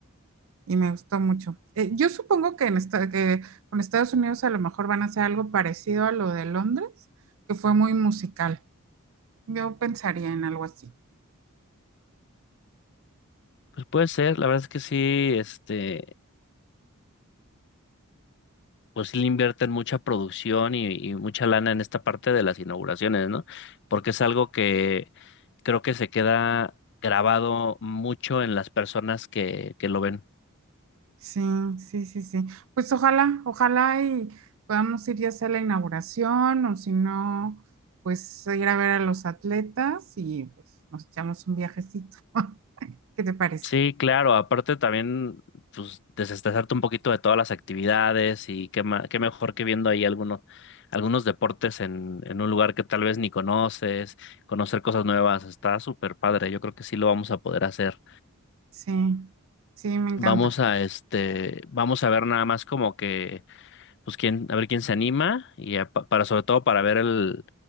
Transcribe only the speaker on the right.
Y me gustó mucho. Eh, yo supongo que, en esta- que con Estados Unidos a lo mejor van a hacer algo parecido a lo de Londres, que fue muy musical. Yo pensaría en algo así.
Sí, sí, sí, sí. Pues ojalá, ojalá y podamos ir ya sea a la inauguración o si no, pues ir a ver a los atletas y pues nos echamos un viajecito. <laughs> ¿Qué te parece?
Sí, sí, me encanta.